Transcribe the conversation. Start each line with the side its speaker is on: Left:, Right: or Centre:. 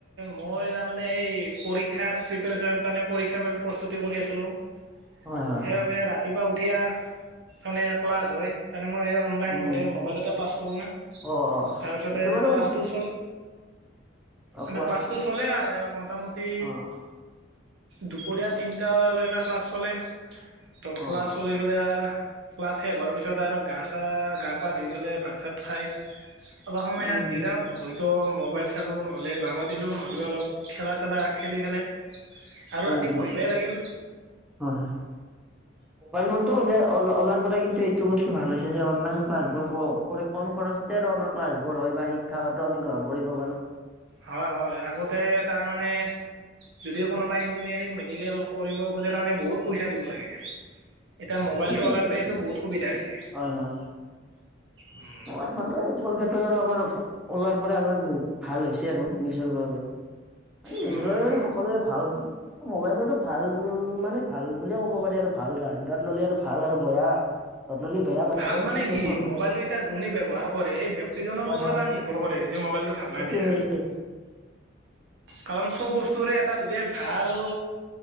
Right: মই তাৰ মানে এই পৰীক্ষাৰ প্ৰিপেৰেচনৰ তাৰমানে পৰীক্ষাৰ বাবে প্ৰস্তুতি কৰি আছিলো সেইবাবে
Centre: হয়, হয়, হয়।
Right: ৰাতিপুৱা উঠি আৰ তৰমানে ক্লাছ হয় তৰমানে মইও অনলাইন
Centre: উম।
Right: মই এই ম'বাইলতে ক্লাছ কৰোঁ না
Centre: অ', অ,
Right: তাৰপিছতে
Centre: সেইটো বাৰু
Right: ক্লাছটো চল
Centre: অ',
Right: মানে
Centre: কোৱা
Right: ক্লাছটো চলে আৰু এ মোটামুটি
Centre: অ'।
Right: দুপৰীয়া তিনটালৈকে ক্লাছ চলে তত
Centre: অ',
Right: ক্লাছ চলি পেলাই আৰ ক্লাছ শেষ হোৱাৰ পিছত আৰু গা চা গা পা ধুই পেলাই ভাত চাত খাই অলপ সময়
Centre: উম।
Right: ইয়াত জিৰাও হয়তো মোবাইল চালো নহ'লে বাগৰ দিলো নহলে
Centre: উম,
Right: অলপ খেলা চেলা খেলি পেলাই আৰু
Centre: উম,
Right: ৰাতি পঢ়িবাই লাগিল
Centre: হয় হয় মোবাইল ফোনটো উলিয়াৰ ওলাৰ পৰায়ে কিন্তু ইটো বস্তু ভাল হৈছে যে অনলাইন ক্লাছবোৰ ক কম খৰচতে আৰু আৰ ক্লাছবোৰ হয় বা শিক্ষাটো আমি গ্ৰহণ কৰিব পাৰোঁ।
Right: হয় হয় আগতে তাৰ মানে যদিও কোনোবায়ে ইঞ্জিনিয়াৰিং‌ মে মেডিকেল কৰিব খোজে কাৰণে বহুত পইচা দিব লাগে। এতিয়া মোবাইলটো
Centre: মানে ফিজিকেলি
Right: অওলাৰ বাবে এইটো বহুত সুবিধা হৈছে।
Centre: হয় হয়
Right: উম
Centre: <inaudible> ক্ষেত্ৰত আৰু আমাৰ ওলাৰ পৰা আমাৰ ভাল হৈছে আৰু নিজৰ বাবে। মানে নিজৰ
Right: হয়
Centre: বাবে মানে সকলোৰে ভাল মোবাইল ফনটো ভাল মানে ভাল বুলিয়ে ক'ব পাৰি আৰু ভাল ধান দাত ল'লে আৰু ভাল আৰু বয়া ললি বেয়া বাৰু
Right: ভাল মানে
Centre: সেইটো
Right: কি
Centre: কলো।
Right: মোবাইলটো এতিয়া যোনে ব্যৱহাৰ কৰে সেই ব্যক্তিজনৰ
Centre: হয়
Right: ওপৰত
Centre: হয়
Right: তাৰ নিৰ্ভৰ কৰে যিয়ে মোবাইলটো ভাল
Centre: সেইটো
Right: না বেয়া
Centre: হয় এ
Right: কাৰণ চব বস্তুৰে এটা যদি ভাল